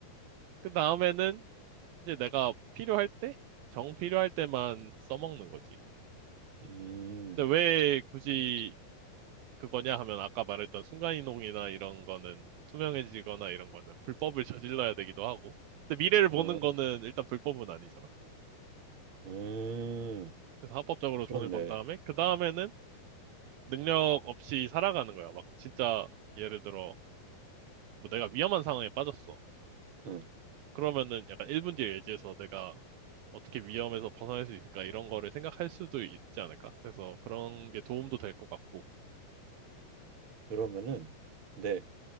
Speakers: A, on the right (about 80°); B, on the right (about 45°).
A: 그 다음에는 이제 내가 필요할 때? 정 필요할 때만 써먹는 거지.
B: 음.
A: 근데 왜 굳이 그거냐 하면 아까 말했던 순간이동이나 이런 거는 투명해지거나 이런 거는 불법을 저질러야 되기도 하고. 근데 미래를
B: 어.
A: 보는 거는 일단 불법은 아니잖아.
B: 음.
A: 그래서 합법적으로
B: 그렇네.
A: 돈을 번 다음에, 그 다음에는 능력 없이 살아가는 거야. 막 진짜 예를 들어, 뭐 내가 위험한 상황에 빠졌어.
B: 응.
A: 그러면은 약간 1분 뒤에 예지해서 내가 어떻게 위험에서 벗어날 수 있을까 이런 거를 생각할 수도 있지 않을까? 그래서 그런 게 도움도 될 것 같고
B: 그러면은 네.